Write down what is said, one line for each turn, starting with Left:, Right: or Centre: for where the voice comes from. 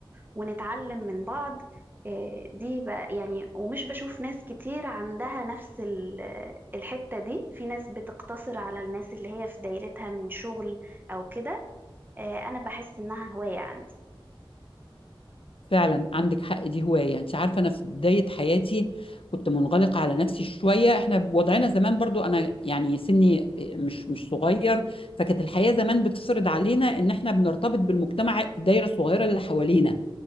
Right: ونتعلم من بعض أه دي بقى يعني ومش بشوف ناس كتير عندها نفس ال- الحتة دي في ناس بتقتصر على الناس اللي هي في دايرتها من شغل أو كده آه، انا بحس انها هواية عندي
Left: فعلا عندك حق دي هواية انت عارفة انا في بداية حياتي كنت منغلقة على نفسي شوية احنا بوضعنا زمان برضو انا يعني سني مش مش صغير فكانت الحياة زمان بتفرض علينا ان احنا بنرتبط بالمجتمع الدايرة الصغيرة اللي حوالينا